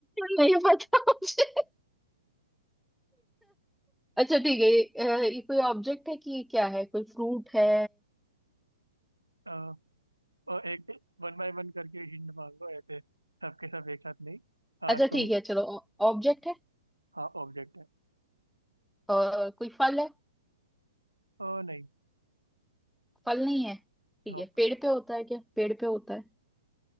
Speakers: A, in the centre; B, on the right.
A: नहीं पता मुझे अच्छा ठीक है ये, अ, ये कोई ऑब्जेक्ट है कि ये क्या है कोई फ्रूट है
B: अ, और एक वन बाय वन करके हिंट मांगो ऐसे सबके सब एक साथ नहीं हाँ
A: अच्छा
B: तो
A: ठीक है चलो ऑब्जेक्ट है
B: हाँ ऑब्जेक्ट है
A: और कोई फल है
B: ओ नहीं
A: फल नहीं है ठीक
B: नो
A: है पेड़ पे होता है क्या पेड़ पे होता है